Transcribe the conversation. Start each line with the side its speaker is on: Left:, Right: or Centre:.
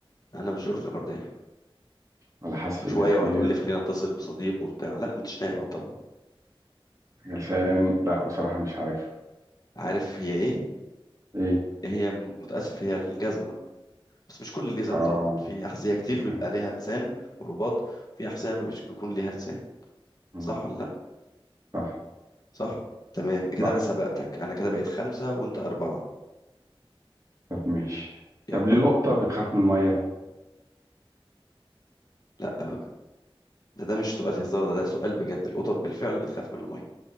Left: أنا مش جورج قرداحي
Right: ولا حذف
Left: شويه
Right: إجابتين
Left: وهتقول لي خلينا اتصل بصديق وبتاع لا مش نافع طبعا
Right: حاجة لسان لا بصراحة مش عارفها
Left: عارف هي ايه
Right: إيه
Left: هي م- متاسف هي الجزمه بس مش كل الجزم
Right: اه
Left: طبعا في احذيه كتير
Right: لسان
Left: بيبقى ليها لسان ورباط في احذيه مش بيكون ليها لسان
Right: مم.
Left: صح ولا لا
Right: صح
Left: صح تمام كده
Right: صح
Left: انا سبقتك انا كده بقيت خمسه وانت اربعه
Right: طب ماشي
Left: يلا
Right: طب ليه القطة بتخاف من المية؟
Left: لا بقى. ده ده مش سؤال هزار ده ده سؤال بجد القطط بالفعل بتخاف من الميه